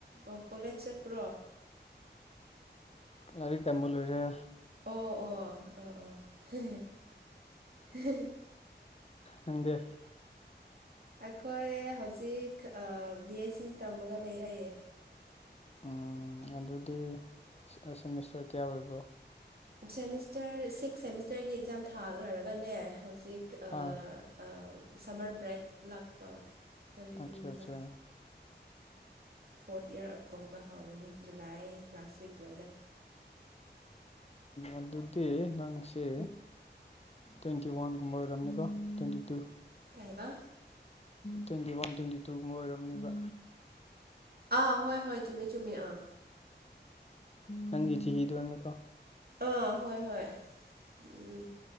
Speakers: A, on the right (about 55°); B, on the left (about 35°).
A: ꯑꯣ ꯀꯣꯂꯦꯖ ꯆꯠꯄ꯭ꯔꯣ
B: ꯂꯥꯏꯔꯤꯛ ꯇꯝꯕ ꯂꯣꯏꯔꯦ
A: ꯑꯣ ꯑꯣ ꯑꯣ ꯑꯣ <unintelligible>
B: ꯅꯪꯗꯤ
A: ꯑꯩꯈꯣꯏ ꯍꯧꯖꯤꯛ ꯕꯤ ꯑꯦꯁ ꯁꯤ ꯇꯝꯃꯒ ꯂꯩ ꯑꯩ
B: ꯎꯝ ꯑꯗꯨꯗꯤ ꯁꯦꯃꯤꯁꯇꯔ ꯀꯌꯥ ꯑꯣꯏꯕ꯭ꯔꯣ
A: ꯁꯦꯃꯤꯁꯇꯔ ꯁꯤꯛꯁ ꯁꯦꯃꯤꯁꯇꯔꯒꯤ ꯑꯦꯛꯖꯥꯝ ꯊꯥ ꯂꯩꯔꯒꯅꯦ ꯍꯧꯖꯤꯛ
B: ꯑꯥ
A: ꯑ ꯁꯝꯃꯔ ꯕ꯭ꯔꯦꯛ ꯂꯥꯛꯄ ꯑꯩꯈꯣꯏ
B: ꯑꯠꯆꯥ
A: ꯌꯨꯝꯗ
B: ꯆꯥ
A: ꯐꯣꯔꯠ ꯏꯌꯥꯔ ꯀꯣꯝꯒ ꯍꯧꯔꯅꯤ ꯖꯨꯂꯥꯏ ꯂꯥꯁ ꯋꯤꯛ ꯑꯗꯨꯋꯥꯏꯗ
B: ꯑꯗꯨꯗꯤ ꯅꯪꯁꯤ ꯇ꯭ꯋꯦꯟꯇꯤ ꯋꯥꯟꯒꯨꯝꯕ ꯑꯣꯏꯔꯝꯅꯤꯀꯣ ꯇ꯭ꯋꯦꯟꯇꯤ ꯇꯨ
A: ꯀꯩ ꯍꯥꯏꯕ
B: ꯇ꯭ꯋꯦꯟꯇꯤ ꯋꯥꯟ ꯇ꯭ꯋꯦꯟꯇꯤ ꯇꯨꯒꯨꯝꯕ ꯑꯣꯏꯔꯝꯅꯤꯕ
A: ꯑꯥ ꯍꯣꯏ ꯍꯣꯏ ꯆꯨꯝꯃꯤ ꯆꯨꯝꯃꯤ ꯑꯥ
B: ꯅꯪꯒꯤ ꯆꯍꯤꯗꯨ <unintelligible> ꯀꯣ
A: ꯑꯥ ꯍꯣꯏ ꯍꯣꯏ ꯎꯝ